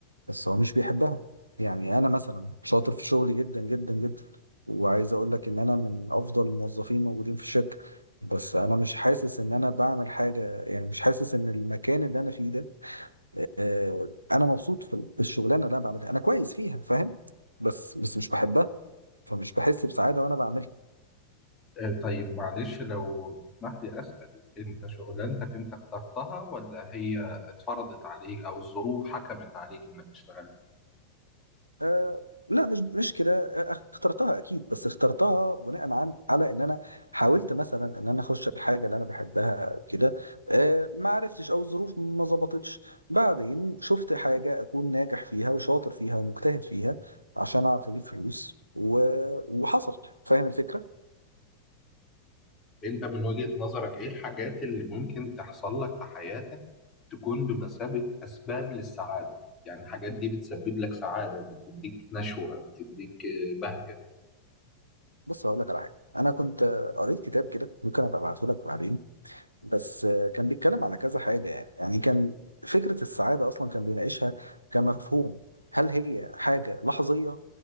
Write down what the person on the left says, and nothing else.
آه، طيب معلش لو تسمح لي أسأل أنت شغلانتك أنت اخترتها ولا هي اتفرضت عليك أو الظروف حكمت عليك إنك تشتغلها؟
أنت من وجهة نظرك إيه الحاجات اللي ممكن تحصل لك في حياتك تكون بمثابة أسباب للسعادة؟ يعني الحاجات دي بتسبب لك سعادة بتديك نشوة بتديك آه، بهجة